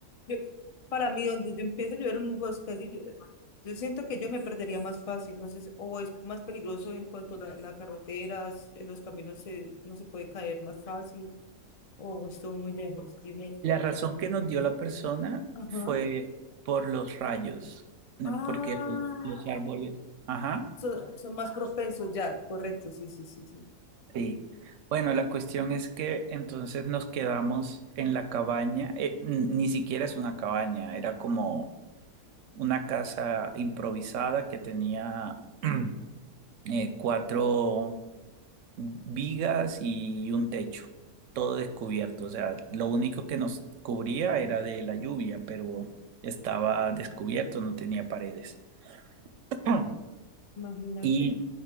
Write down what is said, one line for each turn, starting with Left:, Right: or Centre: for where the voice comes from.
Left: yo, para mí, donde yo empiezo a llover en un bosque así, yo, yo siento que yo me perdería más fácil, no sé, si- o es más peligroso en cuanto a la, la carretera, s- en los caminos se, no se puede caer más fácil, o estuvo muy lejos. Dime,
Right: La razón que nos dio la persona
Left: ajá,
Right: fue por los rayos, ¿no?
Left: ah,
Right: porque lo- los árboles. Ajá,
Left: son, son más propensos ya, correcto, sí, sí, sí, sí.
Right: sí. Bueno, la cuestión es que entonces nos quedamos en la cabaña. eh, n- ni siquiera es una cabaña, era como una casa improvisada que tenía <clears throat> eh, cuatro. vigas y un techo, todo descubierto. O sea, lo único que nos cubría era de la lluvia, pero estaba descubierto, no tenía paredes. <clears throat>
Left: Imagínate.
Right: ¿Y